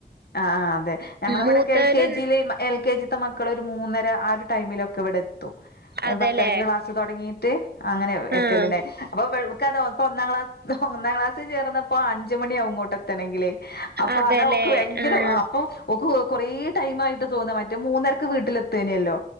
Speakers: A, on the left; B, on the right.
A: ആഹ് ആഹ് അതെ ഞങ്ങള ഇവടക്കെ
B: മൂത്തവര്
A: എൽ കെ ജീ ല് മ എൽ കെ ജി ത്ത മക്കളോര് മൂന്നര ആ ഒരു ടൈമിലൊക്ക ഇവ്ടെത്തും അഹ്
B: അതെല്ലേ
A: പത്തരക്ക് ക്ലാസ്സ് തോടങ്ങീ റ്റ് അങ്ങനെ
B: ആഹ്
A: എത്തല് ടെ അപ്പൊ ഇവൾ ഇവക്കാണ് ഒഹ് ഇപ്പൊ ഒന്നാം ക്ലാസ് ഒന്നാം ക്ലാസ്സിൽ ചേർന്നപ്പോ അഞ്ച് മണിയാവും ഇങ്ങോട്ടെത്തണെങ്കിലെ അപ്പ
B: അതെല്ലേ
A: അതാ ഓക്ക് ഭയങ്കര
B: ആഹ്
A: അപ്പോം ഓക്ക് കൊറെ ടൈം ആയിട്ട് തോന്ന മറ്റേ മൂന്നരക്ക് വീട്ടിലെത്തെനയല്ലോ